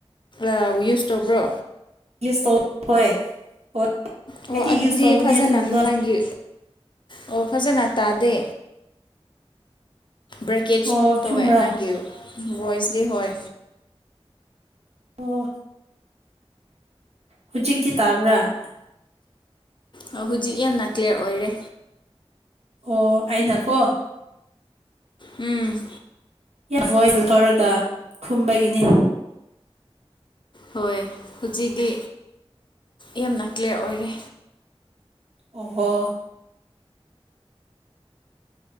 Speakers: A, on the left (about 50°); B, on the right (about 80°).
A: ꯑꯥ ꯌꯨꯁ ꯇꯧꯕ꯭ꯔꯣ
B: <unintelligible> ꯍꯣꯏ ꯍꯣꯏ
A: ꯑꯣ
B: ꯑꯩꯗꯤ
A: ꯑꯗꯨꯗꯤ
B: ꯌꯨꯁ ꯇꯧꯕꯅꯦ
A: ꯐꯖꯅ
B: ꯑꯗꯨꯒꯨꯝꯕ
A: ꯅꯪꯒꯤ ꯑꯣ ꯐꯖꯅ ꯇꯥꯗꯦ ꯕ꯭ꯔꯦꯀꯦꯖ
B: ꯑꯣ ꯆꯨꯝꯕ꯭ꯔꯥ
A: ꯇꯧꯋꯦ ꯅꯪꯒꯤ ꯚꯣꯏꯁꯗꯤ ꯍꯣꯏ
B: ꯑꯣ ꯍꯨꯖꯤꯛꯇꯤ ꯇꯥꯕ꯭ꯔꯥ
A: ꯑꯥ ꯍꯨꯖꯤꯛ ꯌꯥꯝꯅ ꯀ꯭ꯂꯤꯌꯥꯔ ꯑꯣꯏꯔꯦ
B: ꯑꯣ ꯑꯩꯅꯀꯣ
A: ꯎꯝ
B: <unintelligible> ꯇꯧꯔꯒ ꯈꯨꯝꯕꯒꯤꯅꯤ
A: ꯍꯣꯏ ꯍꯨꯖꯤꯗꯤ ꯌꯥꯝꯅ ꯀ꯭ꯂꯤꯌꯥꯔ ꯑꯣꯏꯔꯦ
B: ꯑꯣꯍꯣ